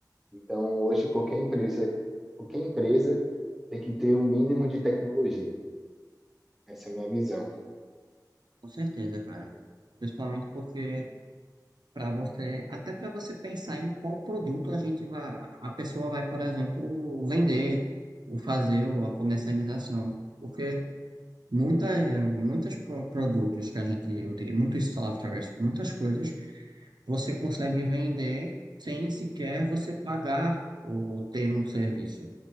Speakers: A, in the centre; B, on the right (about 80°).
A: Então hoje qualquer empresa qualquer empresa tem que ter um mínimo de tecnologia. Essa é a minha visão.
B: com certeza, cara. Principalmente porque para você, até para você pensar em qual produto a gente vai, a pessoa vai, por exemplo, vender, ou fazer ou a comercialização. Porque muitas, muitos pro- produtos que a gente utiliza, muitos softwares, muitas coisas, você consegue vender sem sequer você pagar ou ter um serviço.